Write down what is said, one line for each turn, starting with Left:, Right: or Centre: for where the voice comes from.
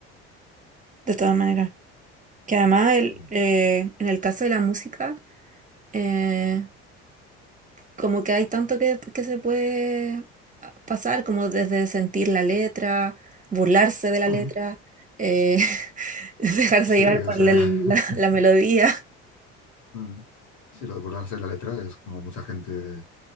Right: De todas maneras. Que además el,
Left: Mm.
Right: eh, en el caso de la música, eh, como que hay tanto que, que se puede pasar, como desde sentir la letra, burlarse de la
Left: Mm.
Right: letra, eh, <laughs> dejarse
Left: Sí,
Right: llevar
Left: o
Right: por
Left: sea,
Right: el-
Left: <laughs>
Right: la, la melodía,
Left: mm. sí, lo de burlarse de la letra es como mucha gente